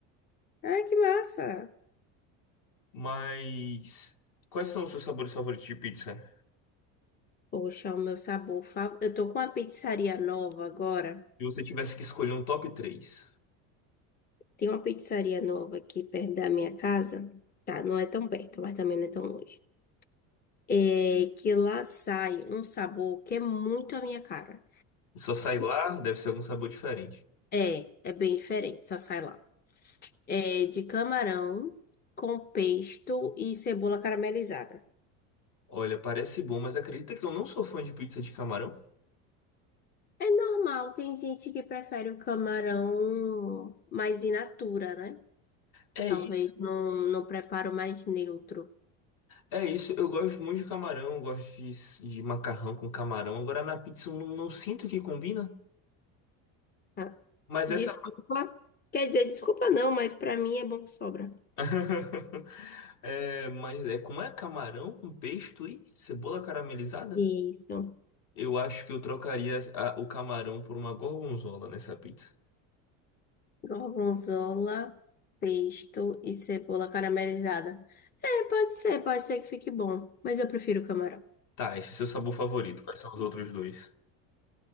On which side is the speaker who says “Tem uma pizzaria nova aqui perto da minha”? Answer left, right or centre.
Left